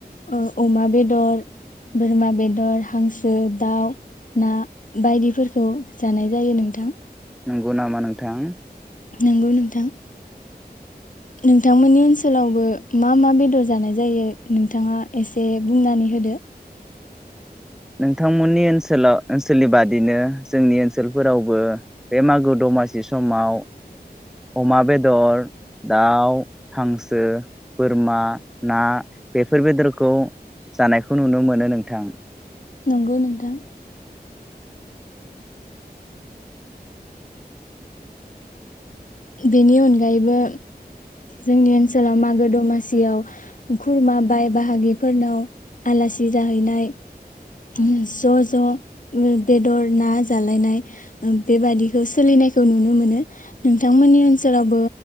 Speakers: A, on the left; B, in the centre.
A: ओ अमा बेदर, बोरमा बेदर, हांसो, दाउ, ना बायदिफोरखौ जानाय जायो नोंथां।
B: नंगौ नामा नोंथां?
A: नंगौ नोंथां नोंथांमोननि ओनसोलावबो मा मा बेदर जानाय जायो? नोंथांङा एसे बुंनानै होदो
B: नोंथांमोननि ओनसोलाव ओनसोलनि बादिनो जोंनि ओनसोलफोरावबो बे मागो दमासि समाव अमा बेदर, दाउ, हांसो, बोरमा, ना बेफोर बेदरखौ जानायखौ नुनो मोनो नोंथां।
A: नंगौ नोंथां। बेनि अनगायैबो जोंनि ओनसोलाव मागो दमासियाव खुरमा बाय बाहागिफोरनाव आलासि जाहैनाय ज' ज' बेदर ना जालायनाय बेबादिखौ सोलिनायखौ नुनो मोनो नोंथांमोननि ओनसोलावबो